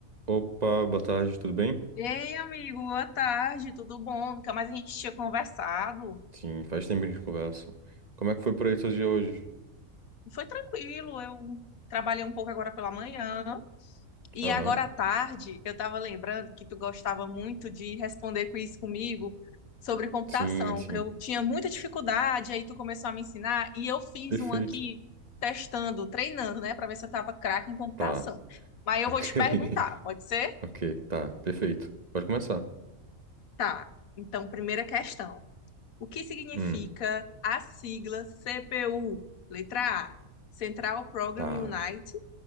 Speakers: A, on the right (about 35°); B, on the left (about 80°).
A: Opa, boa tarde, tudo bem?
B: Ei, amigo, boa tarde, tudo bom? Nunca mais a gente tinha conversado.
A: Sim, faz tempo que a gente conversa. Como é que foi por aí seus dia hoje?
B: Foi tranquilo, eu trabalhei um pouco agora pela manhã. E
A: Aham.
B: agora à tarde, eu estava lembrando que tu gostava muito de responder quiz comigo sobre computação,
A: Sim, sim.
B: que eu tinha muita dificuldade, aí tu começou a me ensinar e eu fiz
A: Perfeito.
B: um aqui testando, treinando, né, para ver se eu estava craque em computação.
A: Tá,
B: Mas eu
A: ok.
B: vou te
A: <laughs>
B: perguntar, pode ser?
A: Ok, tá, perfeito. Pode começar.
B: Tá. Então, primeira questão. O que significa
A: Hum,
B: a sigla CPU? Letra A, Central Program
A: tá,
B: Unit.